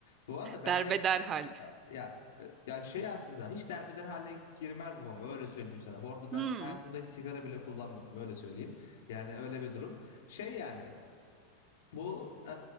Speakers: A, on the left; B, on the right.
A: Bu arada ben
B: Derbeder
A: de
B: hal.
A: ya e, ya şey aslında hiç derbeder hale girmezdim ama öyle söyleyeyim sana. Bu arada ben
B: Hmm.
A: hayatımda hiç sigara bile kullanmadım öyle söyleyeyim. Yani öyle bir durum. Şey yani bu e,